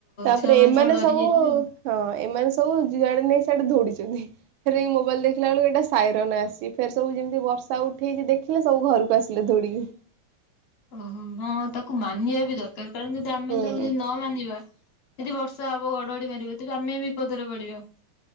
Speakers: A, on the right; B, on the left.
A: ତାପରେ
B: ଛୁଆମାନେ
A: ଏମାନେ
B: ସବୁ ଡରି
A: ସବୁଉ
B: ଯାଇଥିବେ ଆଉ।
A: ହଁ ଏମାନେ ସବୁ ଯୁଆଡେ ନେଇ ସେଆଡେ ଦୌଡିଛନ୍ତି। ମୋବାଇଲ ଦେ ଦେଖିଲ ବେଳକୁ ଏଇଟା ସାଇରନ୍ ଆସିଛି। ଫେର ସବୁ ଯେମିତି ବର୍ଷା ଉଠେଇଛି ଦେଖିଲେ ସବୁ ଘରକୁ ଆସିଲେ ଧୌଡିକି।
B: ଓହୋ ହଁ ତାକୁ ମାନିବା ବି ଦରକାର କାରଣ ଯଦି ଆମେ
A: ହୁଁ।
B: ତାକୁ ଯ ନ ମାନିବା ଯଦି ବର୍ଷା ହବ ଘଡଘଡି ମାରିବ ତେବେ ଆମେ ବିପଦରେ ପଡିବ।